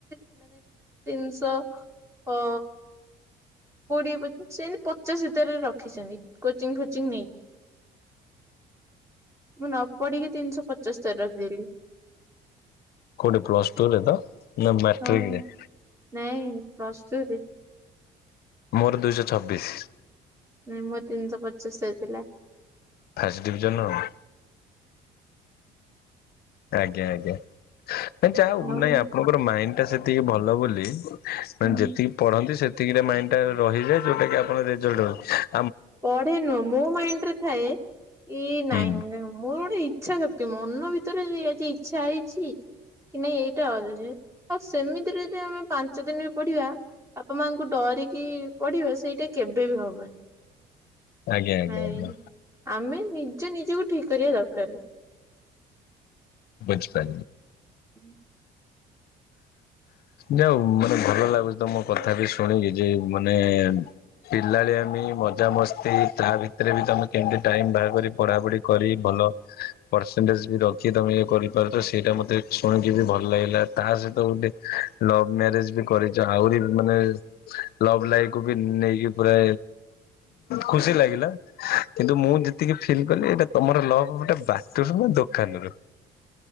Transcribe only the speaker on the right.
ତିନିଶ ଅ କୋଡିଏ ପଚିସ ଏମିତି ପଚାଶ ଭିତରେ ରଖିଚନ୍ତି କୋଚିଂ ଫୋଚିଂ ନେଇକି। ମୁଁ ନ ପଢିକି ତିନିଶହ ପଞ୍ଚସ୍ତରୀ ରଖି ଦେଲି।
ହଁ।
ନାଇଁ ପ୍ଲସ୍ ଟୁ ରେ।
ନାଇଁ ମୋର ତିନିଶହ ପଞ୍ଚସ୍ତରୀ ଥିଲା।
ଆଉ
ହୁଁ,
ପଢେ ନୁହଁ ମୋ ମାଇଣ୍ଡରେ ଥାଏ କି ନାଇଁ
ମୁ ଇଚ୍ଛା ଶକ୍ତି ମନ ଭିତରେ ଆଜି ଇଚ୍ଛା ହେଇଛି କି ନାଇଁ ଏଇଟା ଆସୁଛି ଆଉ ସେମିତିରେଦ ଆମେ ପାଞ୍ଚ ପାଞ୍ଚଦିନ ବି ପଢିବା ବାପା ମାଙ୍କୁ ଡରିକି ପଢିବା ସେଇଟା କେବେ ବି ହବନି।
ନାଇଁ
ଆମେ ନିଜ ନିଜକୁ ଠିକ କରିବା ଦରକାର।
ହୁଁ।